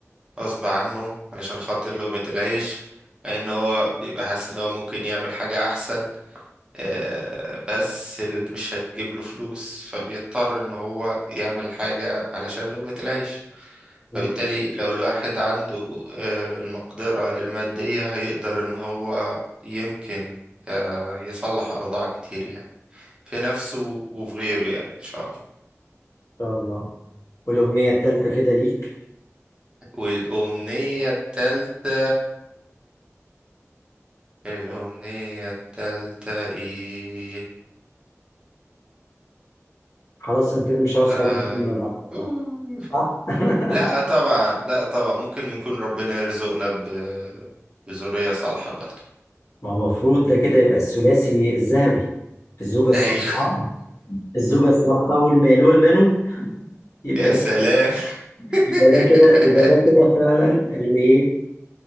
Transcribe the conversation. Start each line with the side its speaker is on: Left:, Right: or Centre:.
Right: غصب عنه علشان خاطر لقمة العيش مع ان هو بيبقى حاسس ان هو ممكن يعمل حاجة احسن آه، بس ال- مش هتجيب له فلوس فبيضطر ان هو يعمل حاجة علشان لقمة العيش
Left: إن
Right: فبالتالي لو الواحد عنده آه، المقدرة المادية هيقدر ان هو يمكن آه، يصلح اوضاع كتير يعني في نفسه وفي غيره يعني ان شاء الله
Left: شاء الله والأمنية التالتة كده ليك
Right: والأمنية التالتة الأمنية التالتة ايه
Left: خلاص أنا كده مش عاوز
Right: آه...
Left: حاجة من الدنيا بقى والله
Right: <laughs>
Left: صح؟ <laughs>
Right: لا طبعا لا طبعا ممكن نكون ربنا يرزقنا ب... بذرية صالحة برضو
Left: ما هو المفروض ده كده يبقى الثلاثي الذهبي الزوجة الصالحة
Right: ايوه
Left: الزوجة الصالحة والمال والبنون
Right: <laughs>
Left: يبقى
Right: يا
Left: ده
Right: سلام <laughs>
Left: يبقى ده كده يبقى ده كده فعلا الإيه